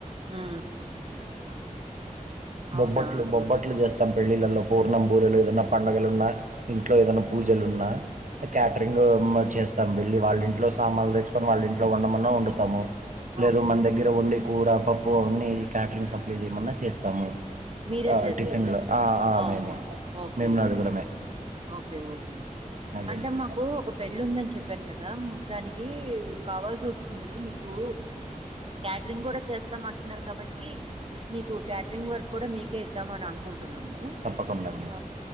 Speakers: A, on the right; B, on the right.
A: హ్
B: బొబ్బట్లు
A: అవునా
B: బొబ్బట్లు చేస్తాము త్తం పెళ్లిళ్లలో పూర్ణం బూరెలు ఏదన్నా పండగలు ఉన్నా ఇంట్లో ఏదైన్నా పూజలు ఉన్నా క్యాటరింగ్ చేస్తాము. వెళ్ళి వాళ్ళ ఇంట్లో సామాన్లు తెచ్చుకొని వాళ్ళ ఇంట్లో వండమన్నా వండుతాము. లేదు
A: ఓకే
B: మన దగ్గర వండి కూర పప్పు అవన్నీ క్యాటరింగ్ సప్లైస్ చేయమన్నా చేస్తాము
A: మీరే
B: ఆ
A: చేస్త
B: టిఫిన్లో ఆ ఆ
A: అహా
B: మేమే
A: ఓకే
B: మేము నలుగురమే
A: ఆ ఓకే ఓకే
B: అదేండి
A: అంటే మాకు ఒక పెళ్ళి ఉందని చెప్పాను. కదా దానికి కావాల్సి వస్తుంది. మీకు క్యాటరింగ్ కూడా చేస్తాము. అంటున్నారు కాబట్టి మీకు క్యాటరింగ్ వర్క్ మీకే ఇద్దామని అనుకుంటున్నాము
B: తప్పకుండా
A: ఆ